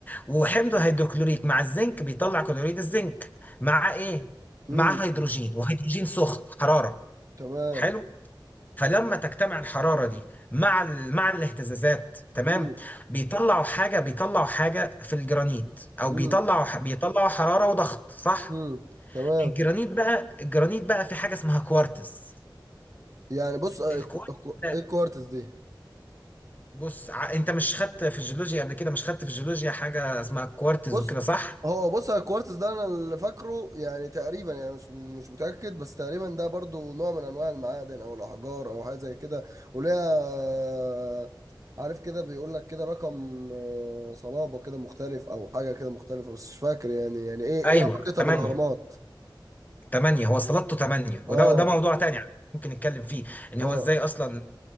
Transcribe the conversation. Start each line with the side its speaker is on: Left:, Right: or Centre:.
Left: وحمض هيدروكلوريك مع الزنك بيطلع كلوريد الزنك مع ايه
Right: امم
Left: مع هيدروجين وهيدروجين سخن حرارة
Right: تمام
Left: حلو فلما تجتمع الحرارة دي مع ال... مع الاهتزازات تمام
Right: امم
Left: بيطلعوا حاجة بيطلعوا حاجة في الجرانيت او
Right: امم
Left: بيطلعوا ح... بيطلعوا حرارة وضغط صح
Right: امم تمام
Left: الجرانيت بقى الجرانيت بقى في حاجة اسمها كوارتز
Right: يعني بص آه،
Left: الكوارتز
Right: الكو- الكو-
Left: ده
Right: ايه الكوارتز دي
Left: بص ع... انت مش خدت في الجيولوجيا قبل كده مش خدت في الجيولوجيا حاجة اسمها كوارتز
Right: بص
Left: وكده صح
Right: هو بص على الكوارتز ده انا اللي فاكره يعني تقريبا يعني مش مش متاكد بس تقريبا ده برضو نوع من انواع المعادن او الاحجار او حاجه زي كده وليها عارف كده بيقول لك كده رقم آه، صلابه كده مختلف او حاجه كده مختلفه بس مش فاكر يعني يعني ايه ايه
Left: ايوه
Right: علاقتها
Left: تمانية
Right: بالاهرامات
Left: تمانية هو استلطه تمانية وده
Right: اه
Left: ده موضوع تاني على فكرة ممكن نتكلم فيه ان
Right: اه
Left: هو ازاي اصلا